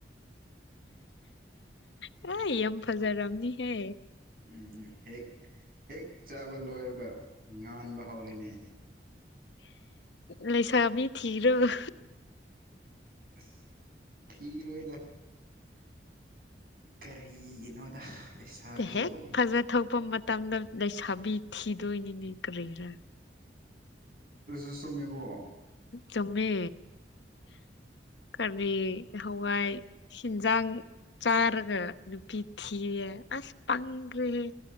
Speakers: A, on the left (about 90°); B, on the right (about 55°).
A: ꯑ ꯑꯝ ꯐꯖꯥꯔꯝꯅꯤ ꯍꯦ
B: ꯎꯝ ꯍꯦꯛ ꯍꯦꯛ ꯆꯥꯕ ꯂꯣꯏꯔꯒ ꯉꯥꯟꯕ ꯍꯧꯔꯦꯅꯦ
A: ꯂꯩꯁꯥꯕꯤ ꯊꯤꯔꯕ
B: ꯑ ꯐꯤ ꯔꯣꯗ ꯀꯔꯤꯒꯤꯅꯣꯗ ꯂꯩꯁꯥꯕꯤꯕꯨ
A: ꯍꯦꯛ ꯐꯖ ꯊꯣꯛꯄ ꯃꯇꯝꯗ ꯂꯩꯁꯥꯕꯤ ꯊꯤꯗꯣꯏꯅꯤꯅꯦ ꯀꯔꯤꯔꯥ
B: ꯎ ꯆꯃꯦꯒꯣꯣ
A: ꯆꯨꯝꯃꯦ ꯀꯔꯕꯤ ꯍꯋꯥꯏ ꯍꯤꯟꯖꯥꯡ ꯆꯥꯔꯒ ꯅꯨꯄꯤ ꯊꯤꯔꯦ ꯑꯁ ꯄꯪꯈ꯭ꯔꯦꯍꯦ